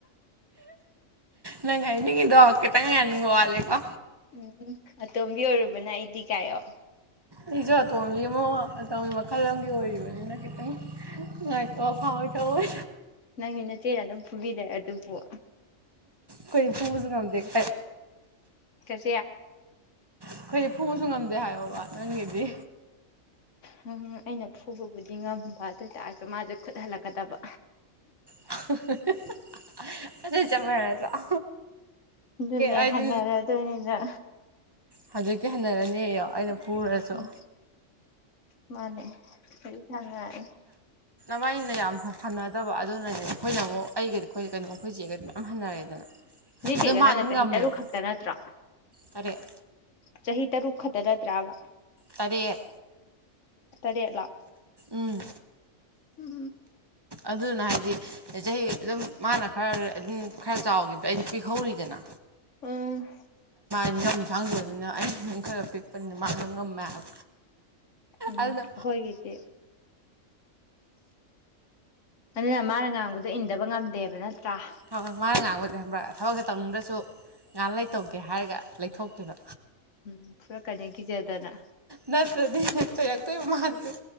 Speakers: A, on the right; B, on the left.
A: ꯅꯪꯍꯥꯏꯅꯤꯡꯉꯤꯗꯣ ꯈꯤꯇꯪ ꯌꯥꯅꯤꯡꯕ ꯋꯥꯠꯂꯦꯀꯣ
B: ꯎꯝ ꯑꯇꯣꯝꯕꯤ ꯑꯣꯏꯔꯨꯕꯅ ꯑꯩꯗꯤ ꯀꯥꯏꯌ‌ꯣ
A: ꯑꯩꯁꯨ ꯑꯇꯣꯝꯕꯤ ꯑꯃ ꯑꯇꯣꯝꯕꯤ ꯃꯈꯜ ꯑꯃꯗꯤ ꯑꯣꯏꯔꯤꯕꯅꯤꯅ ꯈꯤꯇꯪ ꯅꯨꯡꯉꯥꯏꯇꯥꯕ ꯐꯥꯎꯋꯦ ꯇꯧꯋꯦ
B: ꯅꯪꯗꯤ ꯅꯆꯦꯅ ꯑꯗꯨꯝ ꯐꯨꯕꯤꯗ‌ꯣꯏꯔ ꯑꯗꯨ ꯑꯗꯨꯕꯨ
A: ꯈꯣꯏꯗꯤ ꯐꯨꯕꯖꯨ ꯉꯝꯗꯦ <unintelligible>
B: ꯆꯦ
A: ꯑꯩꯈꯣꯏꯗꯤ ꯐꯨꯕꯁꯨ ꯉꯝꯗꯦ ꯍꯥꯏꯌꯣꯕ ꯅꯪꯒꯤꯗꯤ
B: ꯅꯪ ꯑꯩꯅ ꯐꯨ ꯐꯨꯕꯗꯤ ꯉꯝꯕꯥ ꯑꯗꯨꯏ ꯇꯥꯔꯁꯨ ꯑꯗꯨ ꯃꯥꯁꯦ ꯈꯨꯠ ꯍꯜꯂꯛꯀꯗꯕ꯫
A: ꯍꯥꯍꯥꯍꯥ ꯑꯗꯨꯗꯤ ꯆꯞ ꯃꯥꯟꯅꯗ꯭ꯔꯣ <inaudible>
B: ꯑꯗꯨꯅꯦ
A: ꯑꯩꯗꯤ
B: ꯍꯟꯅꯔꯗꯣꯏꯅꯤꯅ
A: ꯍꯧꯖꯤꯛꯇꯤ ꯍꯟꯅꯔꯅꯦꯌꯣ ꯑꯩꯅ ꯐꯨꯔꯖꯨ
B: ꯎꯝ ꯃꯥꯅꯦ ꯑꯩ ꯁꯪꯉꯏ
A: ꯅꯕꯥꯟꯅꯤꯅ ꯌꯥꯝ ꯍꯟꯅꯗꯕ ꯑꯗꯨꯅꯅꯦ ꯑꯩꯈꯣꯏꯅ ꯑꯃꯨꯛ ꯑꯩꯒꯗꯤ ꯑꯩꯈꯣꯏ ꯀꯩꯅꯣ ꯑꯩꯈꯣꯏ ꯆꯦꯒꯗꯤ ꯃꯌꯥꯝ ꯍꯟꯅꯔꯦꯗꯅ
B: ꯅꯣꯏ
A: ꯑꯗꯣ
B: ꯆꯦꯒ
A: ꯃꯥꯅ
B: ꯅꯪꯒ
A: ꯑꯗꯨꯝ
B: ꯆꯍꯤ
A: ꯉꯝꯃꯦꯕ
B: ꯇꯔꯨꯛ ꯈꯛꯇ ꯅꯠꯇ꯭ꯔꯣ
A: ꯇꯔꯦꯠ
B: ꯆꯍꯤ ꯇꯔꯨꯛ ꯈꯛꯇ ꯇ ꯅꯠꯇ꯭ꯔꯕ
A: ꯇꯔꯦꯠ
B: ꯇꯔꯦꯠꯂꯣ
A: ꯎꯝ
B: ꯎꯝ
A: ꯑꯗꯨꯅ ꯍꯥꯏꯗꯤ ꯆꯍꯤ ꯑꯗꯨꯝ ꯃꯥꯅ ꯈꯔ ꯑꯗꯨꯝ ꯈꯔ ꯆꯥꯎꯈꯤꯕꯗꯣ ꯑꯩꯗꯤ ꯄꯤꯍꯧꯔꯤꯗꯅ
B: ꯑꯝ
A: ꯌꯥꯝ ꯁꯥꯡꯗꯕꯅꯤꯅ ꯑꯩꯅ ꯈꯔ ꯄꯤꯛꯄꯅꯤꯅ ꯃꯥꯅ ꯉꯝꯃꯦꯕ
B: ꯎꯝ
A: ꯑꯗꯨꯅ
B: ꯑꯈꯣꯏꯒꯤꯗꯤ ꯑꯗꯨꯅ ꯃꯥꯅ ꯉꯥꯡꯕꯗꯣ ꯏꯟꯗꯕ ꯉꯝꯗꯦꯕ ꯅꯠꯇ꯭ꯔꯣ ꯅꯠꯇ꯭ꯔ
A: ꯍꯣꯏ ꯍꯣꯏ ꯃꯥꯅ ꯉꯥꯡꯕꯁꯦ ꯈꯪꯕ꯭ꯔ ꯊꯕꯛꯁꯦ ꯇꯧꯅꯤꯡꯗ꯭ꯔꯁꯨ ꯉꯥꯛ ꯂꯩꯇꯧꯒꯦ ꯍꯥꯏꯔꯒ ꯂꯩꯊꯣꯛꯈꯤꯕ
B: ꯎꯝ ꯐꯨꯔꯛꯀꯅꯤꯅ ꯀꯤꯖꯗꯅ
A: ꯅꯠꯇ꯭ꯔꯗꯤ ꯆꯩꯔꯛꯇꯣꯏꯕ ꯃꯥꯗꯤ ꯗꯨꯝ